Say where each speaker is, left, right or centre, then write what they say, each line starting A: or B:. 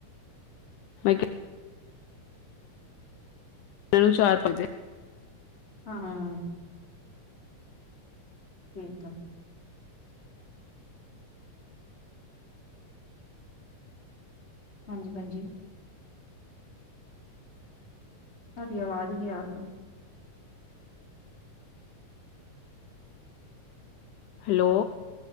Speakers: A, on the left; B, on the left.
A: ਮੈਂ ਕਿਹਾ। ਮੈਨੂੰ ਚਾਰ ਪਂਜੇ
B: ਹਾਂ। ਫਿਰ ਤਾਂ। ਹਾਂਜੀ ਹਾਂਜੀ। ਤੁਹਾਡੀ ਆਵਾਜ਼ ਨੀ ਆ ਰਹੀ।
A: ਹੈਲੋ।